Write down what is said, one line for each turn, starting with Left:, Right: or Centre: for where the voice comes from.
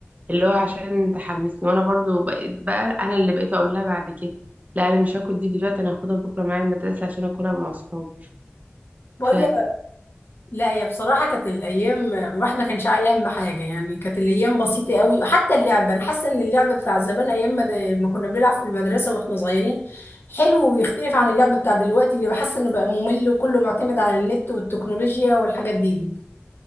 Right: اللي هو عشان تحمسني وانا برضو بقيت بقى انا اللي بقيت اقول لها بعد كده لا انا مش هاكل دي دلوقتي انا هاخدها بكره معايا المدرسه عشان اكلها مع اصحابي
Left: بقول
Right: ف
Left: لا هي بصراحة كانت الأيام الواحد ما كانش عايل هم حاجة يعني كانت الأيام بسيطة قوي حتى اللعبة أنا حاسة إن اللعبة بتاع زمان أيام ما, د- ما كنا بنلعب في المدرسة وإحنا صغيرين حلو ويختلف عن اللعبة بتاع دلوقتي اللي بحس إنه بقى ممل وكله معتمد على النت والتكنولوجيا والحاجات دي